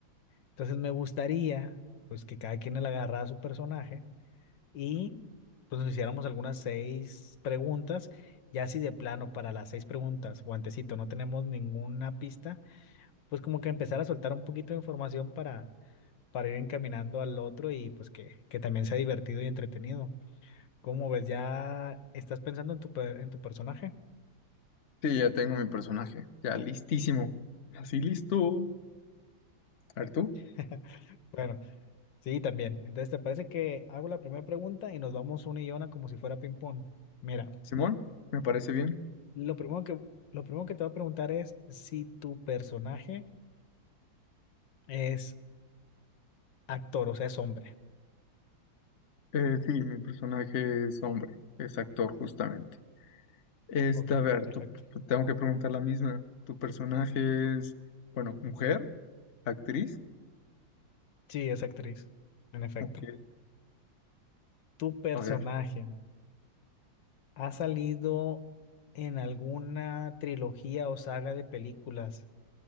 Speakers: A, on the left; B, on the left.
A: Entonces me gustaría, pues, que cada quien le agarrara su personaje y pues nos hiciéramos algunas seis preguntas. Ya si de plano para las seis preguntas, guantecito, no tenemos ninguna pista, pues como que empezar a soltar un poquito de información para, para ir encaminando al otro y pues que, que también sea divertido y entretenido. cómo ves? ¿Ya estás pensando en tu, per- en tu personaje?
B: Sí, ya tengo mi personaje. Ya listísimo. Así listo. A ver tú,
A: <laughs> Bueno, sí, también. Entonces, ¿te parece que hago la primera pregunta y nos vamos una y una como si fuera ping-pong? Mira,
B: Simón, me parece bien.
A: lo primero que, lo primero que te voy a preguntar es si tu personaje es Actor, o sea, es hombre.
B: Eh, sí, mi personaje es hombre, es actor justamente. Esta,
A: Ok,
B: a ver,
A: perfecto.
B: tú- pues, tengo que preguntar la misma. ¿Tu personaje es, bueno, mujer, actriz?
A: Sí, es actriz, en efecto.
B: Ok,
A: ¿Tu personaje
B: a ver.
A: ha salido en alguna trilogía o saga de películas